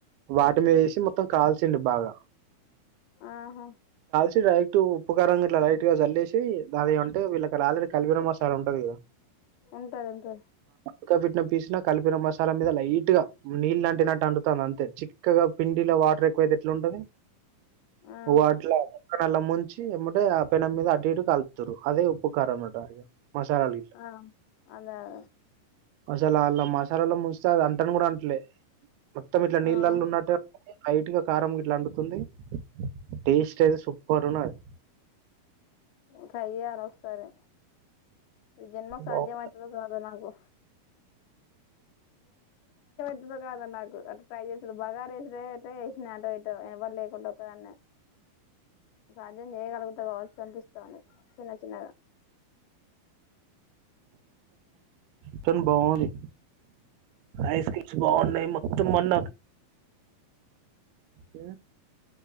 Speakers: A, on the right (about 85°); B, on the left (about 80°).
A: వాటిలో వేసి మొత్తం కాల్చిండు బాగా.
B: ఆహా
A: ట్టుగా ఇటు ఉప్పు కారం గిట్ల లైట్గా చల్లేసి, దాదిగ అంటే, వీళ్ళకిడ ఆల్రెడీ కలిపిన మాసాల ఉంటది కదా!
B: ఉంటది. ఉంటది.
A: ఉక్కపెట్న పీసినా కలిపిన మసాలా మీద లైట్ గా నీళ్లంటినట్టు అంటుతాంది అంతే. చిక్కగా పిండిలో వాటర్ ఎక్కువైతే ఎట్లుంటది?
B: ఆ
A: వాటిలాగ అక్కనల ముంచి, ఎంబటే ఆ పెనం మీద అటు ఇటు కాలుతుర్రు. అదే ఉప్పుకారం అట ఇగ. మసాలాలు
B: ఆ అదే అ
A: మసాలా అల్లా మసాలాల్లో ముంచితే, అది అంటను కూడా అంటలే మొత్తం. ఇట్లా నీళ్ళల్లో
B: ఉమ్
A: ఉన్నట్టె లైట్ గా కారం గిట్లా అంటుతుంది. టేస్ట్ అయితే, సూపర్ ఉన్నది.
B: ట్రై చేయరా ఒకసారి. ఈ జన్మకు సాధ్యమైతదో
A: బావు
B: కాదో నాకు. తుందో కాదొ నాకు అట్ల ట్రై చేసుడు, బాగారా రైసు కె ఎట్లనో చేసినా ఆటో ఇటో ఎవ్వర్ లేకుండా ఒక్కదాన్నే. సాధ్యం చేయగలుగు ఎంత కావచ్చు అనిపిస్తాంది. చిన్న చిన్నగా
A: కానీ బాగుంది ఐస్ క్రీమ్స్ బాగున్నాయి మొత్తం మొన్న ఉమ్